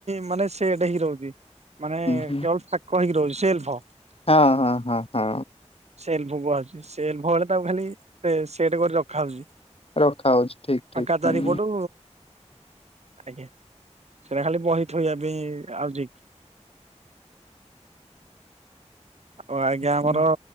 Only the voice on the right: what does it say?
ମାନେ ସେଟ ହେଇକି ରହୁଛି ମାନେ
କେବଳ ଫାକ ହେଇକି ରହୁଛି ସେଲ୍ଫ ହେଇକି।
ସେଲ୍ଭ କୁହାହେଛି ସେଲଭ ବଳେ ତାକୁ ଖାଲି ସେଟ କରି ରଖା ହଉଛି।
ଫାଙ୍କା
ଚାରିପଟୁ ଆଜ୍ଞା। ସେଇଟା ଖାଲି ବହି ଥୋଇବା ପାଇଁ ଆଉ ଆଉ ଆଜ୍ଞା ଆମର